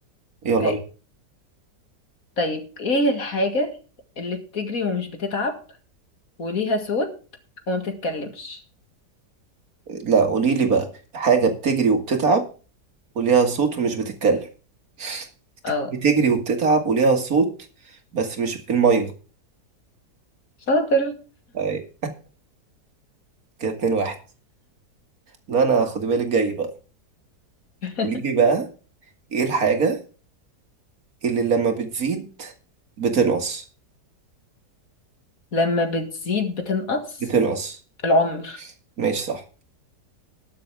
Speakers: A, on the right; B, on the left.
A: يلا
B: هاي
A: بينا
B: طيب ايه الحاجة اللي بتجري ومش بتتعب وليها صوت وما بتتكلمش
A: لا قولي لي بقى حاجة بتجري وبتتعب وليها صوت ومش بتتكلم بت-
B: اه
A: بتجري وبتتعب وليها صوت بس مش المية
B: شاطر
A: أي، كده اتنين واحد لا انا خدي بالك جاي بقى
B: <laughs>
A: قوليلي بقى ايه الحاجة اللي لما بتزيد بتنقص
B: لما بتزيد بتنقص
A: بتنقص
B: العمر
A: ماشي صح